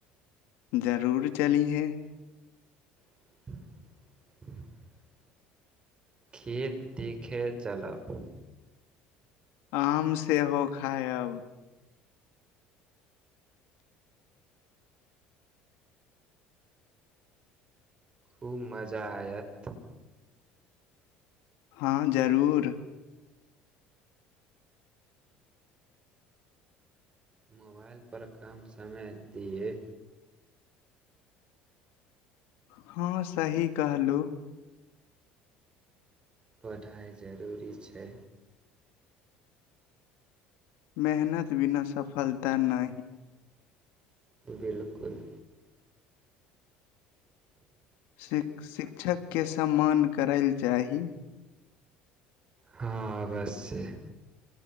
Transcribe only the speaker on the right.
<inaudible> खेत देखे चलब।
खूब मजा आयत।
मोबाइल पर कम समय दियै।
पढ़ाइ जरूरी छै।
बिलकुल।
हँ अवश्य।